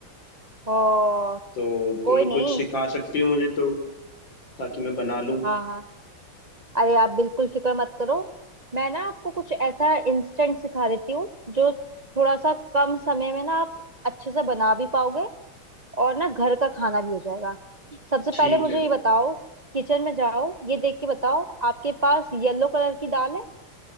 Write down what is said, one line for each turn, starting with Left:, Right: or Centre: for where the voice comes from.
Right: ओ
Left: तो
Right: कोई
Left: तुम
Right: नहीं
Left: कुछ सिखा सकती हो मुझे तो ताकि मैं बना लूं
Right: हाँ हाँ अरे आप बिल्कुल फिक्र मत करो मैं ना आपको कुछ ऐसा इंस्टेंट सिखा देती हूँ जो थोड़ा सा कम समय में ना आप अच्छे से बना भी पाओगे और ना घर का खाना भी हो जाएगा सबसे पहले
Left: ठीक
Right: मुझे
Left: है
Right: ये बताओ किचन में जाओ ये देख के बताओ आपके पास येलो कलर की दाल है